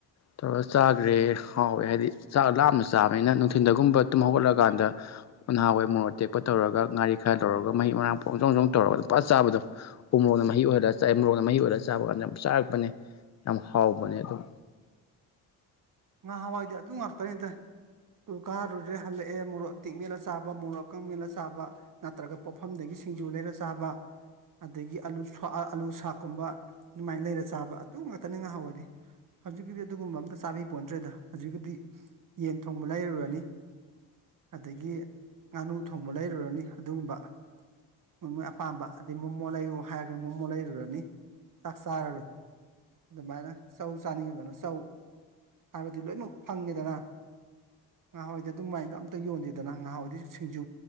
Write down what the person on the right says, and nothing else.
ꯉꯍꯥꯟꯋꯥꯏꯗꯤ ꯑꯗꯨ ꯉꯥꯛꯇꯅꯦꯗ ꯀꯨꯜ ꯀꯥꯔꯨꯔꯦ ꯍꯜꯂꯛꯑꯦ ꯃꯣꯔꯣꯛ ꯑꯇꯦꯛ ꯃꯦꯠꯂ ꯆꯥꯕ ꯃꯣꯔꯣꯛ ꯑꯀꯪ ꯃꯦꯠꯂ ꯆꯥꯕ ꯅꯠꯇ꯭ꯔꯒ ꯄꯣꯠꯐꯝꯗꯒꯤ ꯁꯤꯡꯖꯨ ꯂꯩꯔ ꯆꯥꯕ ꯑꯗꯒꯤ ꯑꯨ ꯑꯥꯂꯨ ꯁꯥꯛꯀꯨꯝꯕ ꯑꯗꯨꯃꯥꯏꯅ ꯂꯩꯔ ꯆꯥꯕ ꯑꯗꯨ ꯉꯥꯛꯇꯅ ꯉꯍꯥꯋꯥꯏꯗꯤ ꯍꯧꯖꯤꯛꯀꯤꯗꯤ ꯑꯗꯨꯒꯨꯝꯕ ꯑꯝꯇ ꯆꯥꯕꯤ ꯄꯣꯟꯇ꯭ꯔꯦꯗ ꯍꯧꯖꯤꯛꯀꯤꯗꯤ ꯌꯦꯟ ꯊꯣꯡꯕ ꯂꯩꯔꯨꯔꯅꯤ ꯑꯗꯒꯤ ꯉꯥꯅꯨ ꯊꯣꯡꯕ ꯂꯩꯔꯨꯔꯅꯤ ꯑꯗꯨꯒꯨꯝꯕ ꯃꯣꯏ ꯃꯣꯏ ꯑꯄꯥꯝꯕ ꯑꯗꯩ ꯃꯣꯃꯣ ꯂꯩꯌꯨ ꯍꯥꯏꯔꯒꯅ ꯃꯣꯃꯣ ꯂꯩꯔꯨꯔꯅꯤ ꯆꯥꯛ ꯆꯥꯔꯔꯣꯏ ꯑꯗꯨꯃꯥꯏꯅ ꯆꯧ ꯆꯥꯅꯤꯡꯉꯒꯅ ꯆꯧ ꯍꯥꯏꯕꯗꯤ ꯂꯣꯏꯃꯛ ꯐꯪꯉꯤꯗꯅ ꯉꯍꯥꯋꯥꯏꯗꯤ ꯑꯗꯨꯃꯥꯏꯅ ꯑꯝꯇ ꯌꯣꯟꯗꯦꯗꯅ ꯉꯍꯥꯋꯥꯏꯗꯤ ꯁꯤꯡꯖꯨ